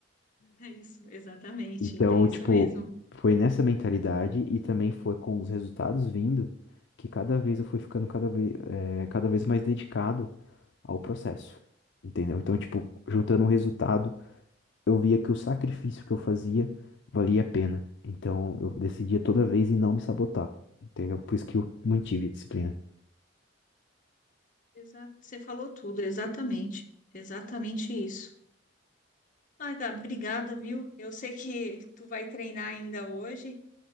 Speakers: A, on the left; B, on the left.
A: É isso, exatamente,
B: Então,
A: é isso
B: tipo,
A: mesmo.
B: foi nessa mentalidade e também foi com os resultados vindo que cada vez eu fui ficando cada vez, cada vez mais dedicado ao processo. Entendeu? Então, tipo, juntando o resultado, eu via que o sacrifício que eu fazia valia a pena. Então, eu decidia toda vez em não me sabotar. Entendeu? Por isso que eu mantive a disciplina.
A: Exato, você falou tudo, exatamente, exatamente isso. Ah, Gabi, obrigada, viu? Eu sei que tu vai treinar ainda hoje